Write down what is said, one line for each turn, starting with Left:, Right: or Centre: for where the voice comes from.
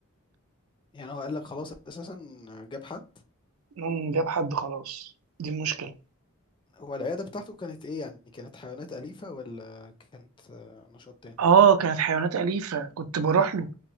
Left: يعني هو قال لك خلاص أساسًا جاب حد،
Right: إنهم جاب حد خلاص دي المشكله
Left: هو العيادة بتاعته كانت إيه يعني، كانت حيوانات أليفة والّا كانت آه، نشاط تاني؟
Right: اه كانت حيوانات اليفه كنت بروح له